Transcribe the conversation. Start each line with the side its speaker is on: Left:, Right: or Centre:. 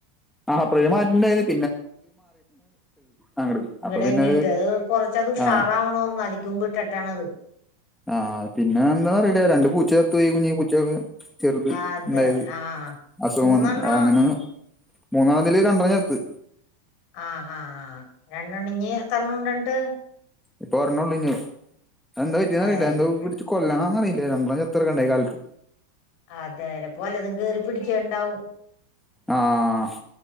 Centre: ആഹ് പ്രയ്മ് മാറ്റണ്ടരും അങ്ങട്
Left: ഇങ്ങടെ
Centre: അപ്പൊ പിന്നെ
Left: തന്നെ ഇട്ട് അത് കൊറച്ചത് ഉഷാറാവണോർന്ന്
Centre: ആ
Left: അധിക്കുമ്പ് ഇട്ട ട്ടാണത്
Centre: ആഹ് പിന്നെ എന്താറിയില്ല രണ്ട് പൂച്ച ത്തോയി കുഞ്ഞി പൂച്ചകള് ചെറുത്
Left: ആ, അതെ
Centre: ഇണ്ടായത്
Left: ആഹ്
Centre: അസുഖമാണ്
Left: മൂന്നെണ്ണം
Centre: അങ്ങനെ മൂന്നാമതിൽ രണ്ടണം ചത്ത്
Left: ആഹ് ആഹ് ആഹ് രണ്ടണ് ഇഞ് എത്രണംണ്ടിട്ട്
Centre: ഇപ്പൊ ഒരെണ്ണൊള്ളു ഇഞ്ഞ് അത് എന്താ പറ്റിയന്നറിയില്ല
Left: അതന്നെ
Centre: എന്തോ പിടിച്ചു കൊല്ലണം ന്നറിയില്ല രണ്ട്രണം ചത്ത ട്‌ക്ക്ണ് ണ്ടായി കാൽക്ക്
Left: അതേ ലെ ഇപ്പൊ വല്ലതും കേറി പിടിക്കണ്ടാവും
Centre: ആഹ്